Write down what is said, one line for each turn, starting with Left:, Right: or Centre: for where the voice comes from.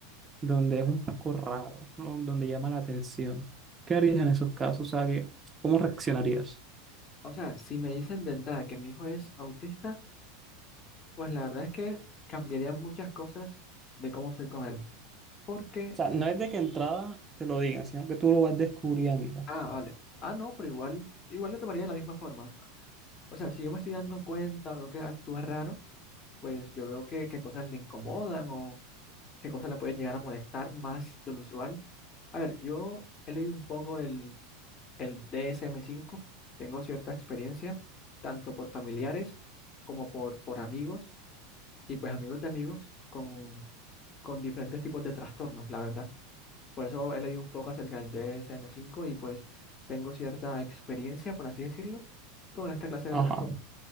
Right: donde es un poco raro, ¿no? donde llama la atención. ¿Qué harías en esos casos? O sea, que- ¿cómo reaccionarías?
Left: O sea, si me dicen de entrada que mi hijo es autista, pues la verdad es que cambiaría muchas cosas de cómo soy con él. Porque,
Right: O sea, no es de que entrada te lo digan, sino que tú lo vas descubriendo.
Left: ah, vale. Ah, no, pero igual, igual lo tomaría de la misma forma. O sea, si yo me estoy dando cuenta o veo que actúa raro pues yo veo que, qué cosas le incomodan o qué cosas le pueden llegar a molestar más de lo usual. A ver, yo he leído un poco el, el dsm cinco tengo cierta experiencia, tanto por familiares como por, por amigos y pues amigos de amigos con, con diferentes tipos de trastornos, la verdad. Por eso he leído un poco acerca del dsm cinco y pues tengo cierta experiencia, por así decirlo, con esta clase de
Right: Ajá.
Left: trastornos